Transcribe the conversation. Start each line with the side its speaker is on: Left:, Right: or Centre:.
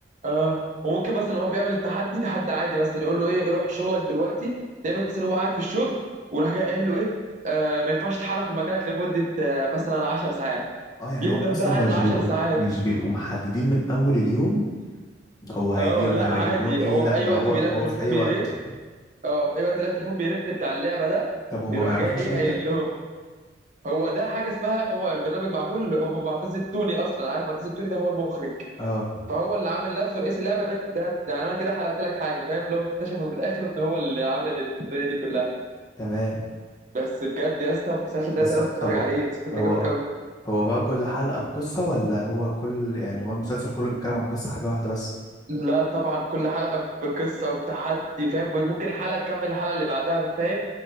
Right: اه وممكن مثلا هو بيعمل التحدي تحدي عادي مثلا يقول له ايه روح شغلك دلوقتي تلاقيه مثلا هو قاعد في الشغل وراح جاي قايل له ايه آه ما ينفعش تتحرك من مكانك لمدة آه مثلا 10 ساعات
Left: اه يعني
Right: يفضل
Left: هو اصلا
Right: بقى قاعد
Left: مش
Right: ال 10
Left: بيبقوا
Right: ساعات
Left: مش بيبقوا محددين من اول اليوم هو هيجيب
Right: اه لا
Left: هيجيب
Right: عادي
Left: لهم ايه
Right: هو
Left: لا
Right: في اي
Left: ده
Right: وقت
Left: هو
Right: بيلاقي
Left: هو
Right: التليفون
Left: في اي
Right: بيرن
Left: وقت
Right: اه في اي وقت يلاقي التليفون بيرن بتاع اللعبة ده
Left: طب هما
Right: يروح
Left: ما يعرفوش
Right: جاي ايه
Left: مين
Right: قايل
Left: ده
Right: لهم هو ده حاجه اسمها هو البرنامج معمول هو معتز التوني اصلا عارف معتز التوني ده هو المخرج
Left: اه
Right: فهو اللي عامل نفسه رئيس اللعبه ده ده, ده انا كده حرقت لك حاجه فاهم لو اكتشفوا في الاخر ان هو اللي عامل الدنيا دي كلها
Left: تمام
Right: بس بجد يا اسطى المسلسل ده
Left: بس
Right: انت لازم تتفرج
Left: طب
Right: عليه المسلسل
Left: هو
Right: ده جامد قوي
Left: هو بقى كل حلقة بقصة ولا هو كل يعني هو المسلسل كله بيتكلم عن قصة حاجة واحدة بس
Right: لا طبعا كل حلقه بقصه وبتحدي فاهم ممكن الحلقه تكمل الحلقه اللي بعدها فاهم